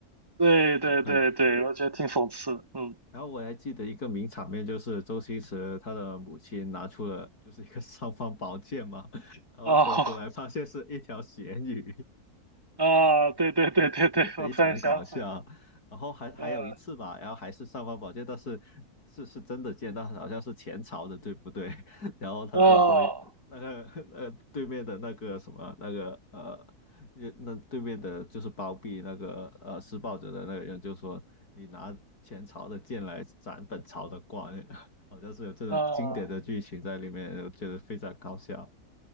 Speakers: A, on the right; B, on the left.
A: 对对对对，
B: 可能会。
A: 我觉得挺讽刺的嗯，
B: 然后我还记得一个名场面，就是周星驰他的母亲拿出了就是一个尚方宝剑嘛，<laughs> 然后抽出来发现是一条咸鱼，
A: 哦啊，对对对对对，
B: 真的非常搞笑。
A: 我突然想起来，
B: 然后还还有一次吧，
A: 呃，
B: 然后还是尚方宝剑，但是是是真的见到，好像是前朝的，对不对？<laughs> 然后他就说那个呃对面的那个什么那个呃。
A: 哦，
B: 也那对面的就是包庇那个呃施暴者的那个人，就说你拿前朝的剑来斩本朝的官，<laughs> 好像是有这种经典的剧情在里面，
A: 呃。
B: 我觉得非常搞笑。